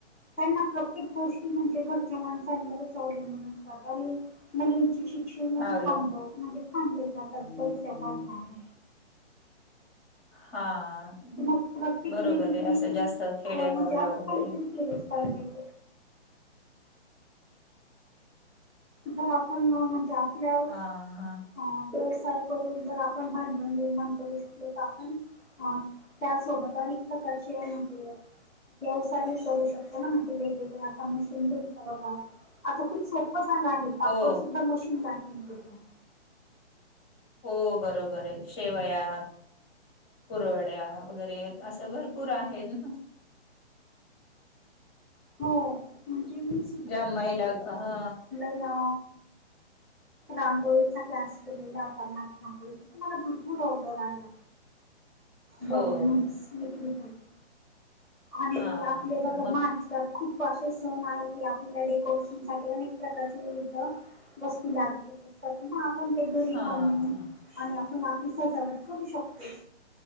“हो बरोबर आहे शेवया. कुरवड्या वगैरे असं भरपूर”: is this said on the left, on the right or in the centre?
Left